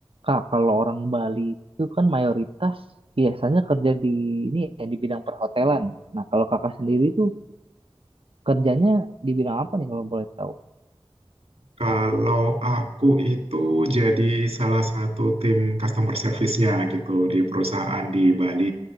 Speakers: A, on the right (about 60°); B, on the right (about 85°).
A: Kak, kalau orang Bali itu kan mayoritas biasanya kerja di ini ya di bidang perhotelan. Nah, kalau kakak sendiri itu kerjanya di bidang apa nih kalau boleh tahu?
B: Kalau aku itu jadi salah satu tim customer service-nya gitu di perusahaan di Bali.